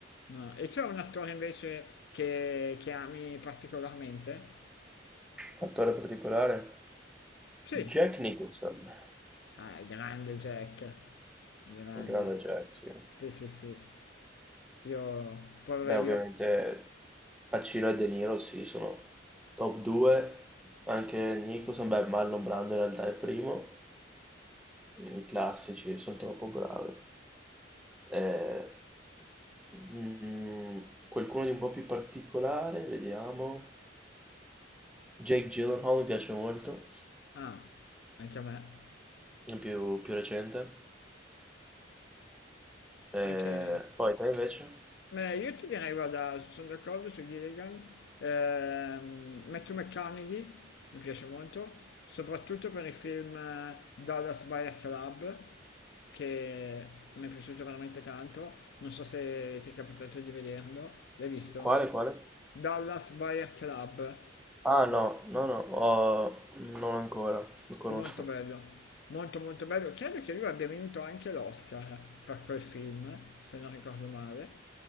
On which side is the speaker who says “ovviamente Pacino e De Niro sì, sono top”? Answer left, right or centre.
Centre